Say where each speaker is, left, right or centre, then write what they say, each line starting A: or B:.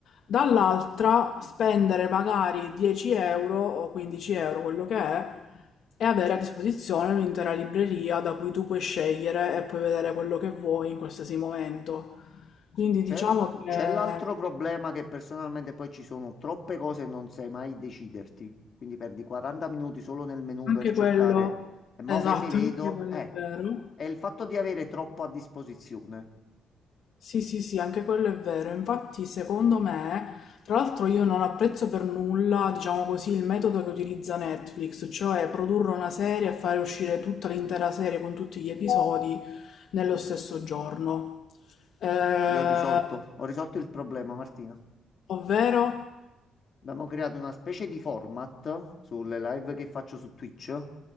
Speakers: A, on the left; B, on the left.
A: Dall'altra spendere magari 10 euro o 15 euro, quello che è, e avere a disposizione un'intera libreria da cui tu puoi scegliere e puoi vedere quello che vuoi in qualsiasi momento. Quindi
B: Sì, c'è
A: diciamo
B: il-
A: che
B: c'è l'altro problema che personalmente poi ci sono troppe cose e non sai mai deciderti. Quindi perdi 40 minuti solo nel menu
A: anche
B: per cercare.
A: quello,
B: E mo
A: esatto,
B: che mi vedo,
A: anche quello
B: eh,
A: è vero.
B: è il fatto di avere troppo a disposizione.
A: Sì, sì, sì, anche quello è vero. Infatti, secondo me, tra l'altro io non apprezzo per nulla, diciamo così, il metodo che utilizza Netflix, cioè produrre una serie e fare uscire tutta l'intera serie con tutti gli episodi nello stesso giorno. Eh,
B: Io ho risolto, ho risolto il problema, Martina.
A: ovvero?
B: Abbiamo creato una specie di format sulle live che faccio su Twitch.